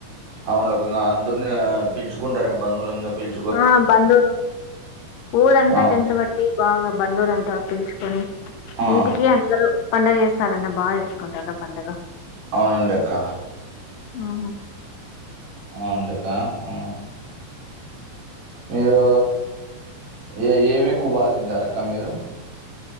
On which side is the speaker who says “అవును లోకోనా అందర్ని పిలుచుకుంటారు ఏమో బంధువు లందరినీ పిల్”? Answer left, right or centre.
Right